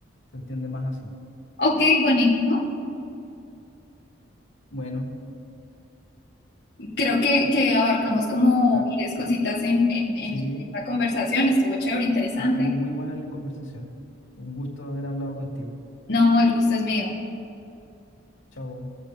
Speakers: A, on the left; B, on the left.
A: se entiende más así.
B: ok, buenísimo.
A: Bueno,
B: Creo que, que abarcamos como
A: ah,
B: varias cositas en, en, en
A: sí,
B: esta conversación, estuvo chévere, interesante.
A: estuvo muy buena la conversación. Un gusto haber hablado contigo.
B: No, el gusto es mío.
A: Chao.